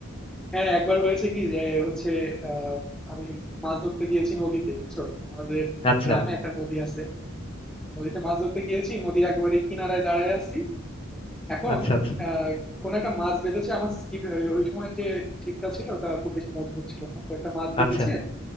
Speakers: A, in the centre; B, on the left (about 25°).
A: হ্যাঁ একবার হয়েছে কি যে হচ্ছে আহ, আমি মাছ ধরতে গিয়েছি নদীতে বুঝছো আমাদের
B: আচ্ছা
A: গ্রামে একটা নদী আছে নদীতে মাছ ধরতে গিয়েছি নদীর একেবারে কিনারায় দাঁড়ায় আছি এখন
B: আচ্ছা আচ্ছা
A: আহ, কোনো একটা মাছ বেঁধেছে আমার ছিপ ওই ওই সময় যে ছিপটা ছিল ওটা খুব বেশি মজবুত ছিল না তো একটা মাছ বেঁধেছে
B: আচ্ছা